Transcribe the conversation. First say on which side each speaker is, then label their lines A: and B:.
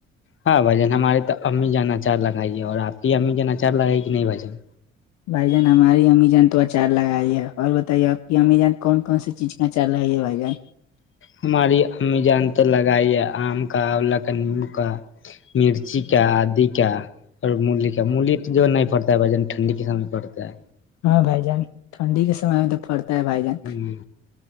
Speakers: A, on the left; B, on the left.
A: ہاں بھائین ہمارے تو امی جاناچار لگائی ہے اور آپ کی امی جانناچار لگائی کہ نہیں بھن
B: بھائی جان ہماری امیزون تو اچار لگاائی ہے اور بتائیے آپ کی امیزان کون کون سی چیز کا اچار لگائی ہے بھائی جان
A: ہماری ای جان تو لگائی آم کا اولا کا نیم کا مرچی کا آدی کا اور ملی کا ملی تو جو ہے نہیں پڑتا ہے بھا جن ٹھنڈی کے سمے پڑتا ہے
B: ہاں بھائی جان ٹھنڈی کے سمے میں تو پرتا ہے بھائی جان
A: ہ